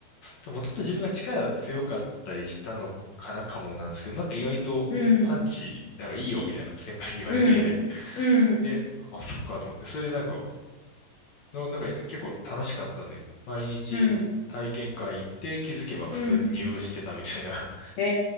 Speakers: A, on the left; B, on the left.
A: ともと自分が力強かったりしたのからかもなんですけど、なんか意外とパンチ、
B: うん、
A: なんかいいよみたいな先輩に言われて、
B: うん、うん、うん、
A: で、あ、そっかと思って、それでなんか、の、なんか結構楽しかったんで、毎日体験会行って気づけば普通に入部してたみたいな
B: うん。うんえ